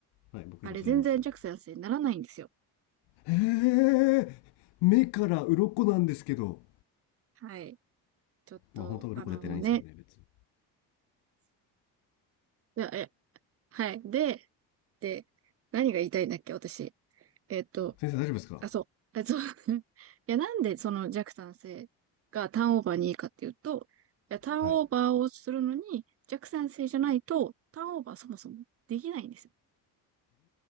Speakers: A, on the left (about 80°); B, on the right (about 35°).
A: はい、僕今それ言いました。
B: あれ全然弱酸性にならないんですよ。
A: へえ、目から鱗なんですけど。
B: はい。ちょっと、
A: まあ本当は鱗出てないんですけどね、
B: あの、もうね、
A: 別に。
B: いやえ、はい。で、で、何が言いたいんだっけ、私。えっと、
A: 先生大丈夫ですか
B: あ、そう。あ、そう。<laughs> いや、なんでその弱酸性がターンオーバーにいいかっていうと、いや、ターンオーバーをするのに弱酸性じゃないと、
A: はい。
B: ターンオーバーそもそもできないんですよ。